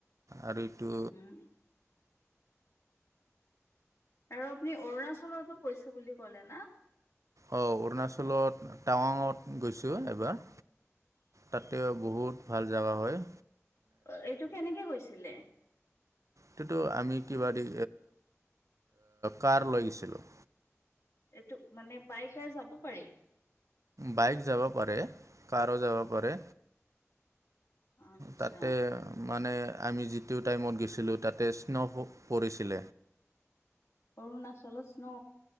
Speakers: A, on the right; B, on the left.
A: আৰু এইটো
B: উম। আৰু আপুনি অৰুণাচলতো কৈছে বুলি কলে না?
A: অ, অৰুণাচলত টাৱাঙত গৈছো এবাৰ। তাতে বহুত ভাল জাগা হয়।
B: অ, এইটো কেনেকে গৈছিলে?
A: কিটো আমি কিবা দি কাৰ ল গিছিলো।
B: এইটো মানে বাইকাৰ যাব পাৰি।
A: বাইক যাব পাৰে কাৰো যাব পাৰে।
B: আচ্ছা
A: তাতে মানে আমি যিটো টাইমত গৈছো। তাতে স্' পৰিছিল।
B: অৰুণাচলত ন